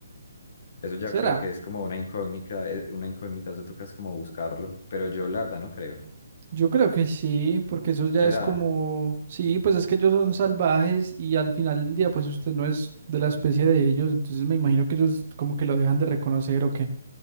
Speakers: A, on the left (about 40°); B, on the right (about 30°).
A: Eso ya
B: ¿Será?
A: creo que es como una incógnita, eh, una incógnita, eso toca es como buscarlo, pero yo la verdad no creo.
B: Yo creo que sí, porque eso ya
A: ¿Será?
B: es como, sí, pues es que ellos son salvajes y al final del día, pues usted no es de la especie de ellos, entonces me imagino que ellos como que lo dejan de reconocer o qué.